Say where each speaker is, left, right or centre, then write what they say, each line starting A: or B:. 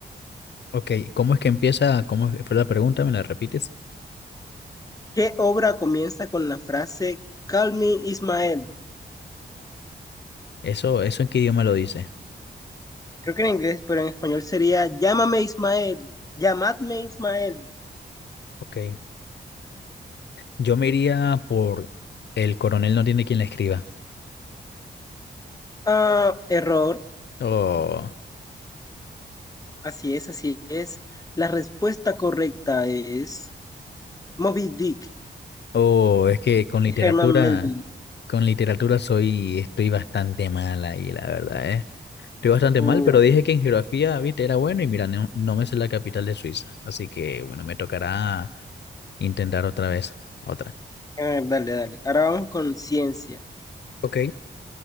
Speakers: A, on the left; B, on the left.
A: Ok, ¿cómo es que empieza? ¿Cómo fue la pregunta? ¿Me la repites?
B: ¿Qué obra comienza con la frase Call me Ismael?
A: Eso, eso en qué idioma lo dice.
B: Creo que en inglés, pero en español sería Llámame Ismael, llamadme Ismael.
A: Ok. Yo me iría por el coronel no tiene quien la escriba.
B: Ah, error.
A: Oh,
B: Así es, así es. La respuesta correcta es Moby Dick,
A: oh, es que con literatura,
B: de Herman Melville.
A: con literatura soy, estoy bastante mala ahí, la verdad, ¿eh? Estoy bastante
B: Uh,
A: mal, pero dije que en geografía, viste, era bueno y mira, no, no me sé la capital de Suiza. Así que, bueno, me tocará intentar otra vez. Otra.
B: ah, dale, dale. Ahora vamos con ciencia.
A: Ok.